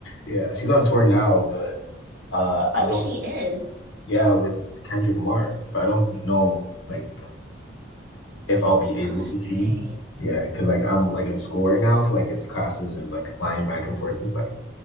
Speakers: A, on the left (about 80°); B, on the right (about 50°).
A: Yeah, she's on tour now, but uh I
B: Oh,
A: don't
B: she is.
A: yeah, with Kendrick Lamar, but I don't know like if I'll be able
B: Oh, that's
A: to see.
B: right.
A: Yeah, because like I'm like in school right now, so like it's classes and like flying back and forth is like